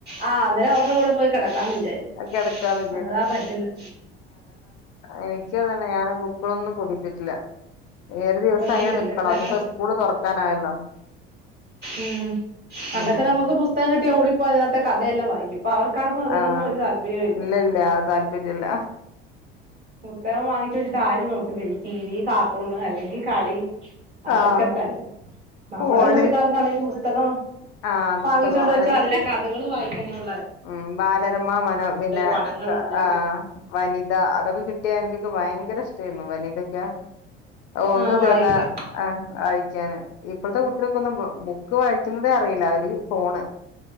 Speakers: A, on the right; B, on the left.
A: ആ അന്നേരം അവരുടെ കൂടെ പോയി കിടക്കാന്ന് വിചാരി
B: കിടക്കാന്ന്
A: അതതാ പറ്റന്ന്
B: എനിക്ക്തന്നെ ഞാൻ ബുക്കുകളൊന്നും പൊതിട്ടിട്ടില്ല ഏറ ദിവസം
A: പറ്റിയിട്ടുണ്ട്
B: അയിനെ നിക്കണം
A: ഇവിടെല്ലാം
B: ഇനിയിപ്പോ സ്കൂള് തുറക്കാനായല്ലോ
A: ഉം പണ്ടൊക്കെ
B: ഉം
A: നമുക്ക് പുസ്തകം കിട്ടിയാ ഓടി അപ്പ അതിനകത്തെ കഥെല്ലാം വായിക്കും ഇപ്പൊ അവർക്കാർക്കും അതിനൊന്നും
B: ആ
A: ഒരു താല്പര്യവും ഇല്ല
B: ഇല്ലല്ല ആ താല്പര്യല്ല
A: പുസ്തകം വാങ്ങിച്ച് വെച്ചിട്ട് ആരും നോക്കുന്നില്ല ടി വി കാർട്ടൂണ് അല്ലെങ്കിൽ കളി അതൊക്കെ
B: ആഹ്
A: തന്നെ നമ്മുടെ
B: ഫോണ്
A: കുട്ടി <unintelligible> പുസ്തകം
B: ആഹ് പുസ്തകം
A: വാങ്ങിച്ചോണ്ട് വെച്ചാ
B: അതന്നെ
A: അതിലെ കഥകൾ വായി ആ <unintelligible>
B: ഉം ബാലരമ മനോ പിന്നെ
A: പടങ്ങളുണ്ട്
B: ആ വനിത അതൊക്കെ കിട്ടിയാ എനിക്കൊക്കെ ഭയങ്കര ഭയങ്കരഷ്ടേർന്നു വനിതൊക്കെ ഒന്ന്
A: ആ വായിക്കാൻ
B: തീർന്നാ ആ വായിക്കാന് ഇപ്പോഴത്തെ കുട്ടികൾക്കൊന്നും ബുക്ക് വായിക്കുന്നതേ അറിയില്ല അവര് ഫോണ്